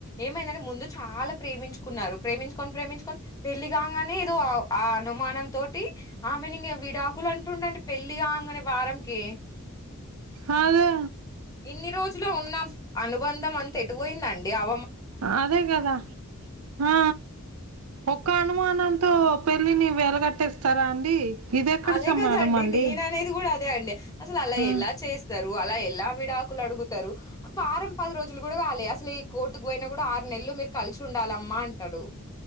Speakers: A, on the left; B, on the right.
A: ఏమైందంటే ముందు చాలా ప్రేమించుకున్నారు ప్రేమించుకొని ప్రేమించుకొని పెళ్ళి కాగానే ఏదో ఆ అనుమానం తోటి, ఆ మీనింగ్ విడాకులు అంటుండండి పెళ్లి కాగానే వారంకి
B: అ అదే
A: ఇన్ని రోజులో ఉన్నాం అను వంద మంత ఎటు పోయిందండి అ
B: అదే కదా ఆ ఒక్క అనుమానంతో పెళ్ళి నీ వెేలగట్టేస్తారా అండి ఇదెక్కడ
A: అదే
B: సమారం
A: కదాండి
B: అండి
A: నేన అనేది కూడా అదే అండి అసలు అలా
B: ఆ
A: ఎలా చేస్తారు అలా ఎలా విడాకులు అడుగుతారు, వారం పది రోజులు కూడా కాలే, అసలు ఈ కోర్టుకు పోయినా కూడా ఆరు నెలలు మీరు కలిసి ఉండాలమ్మా అంటాడు.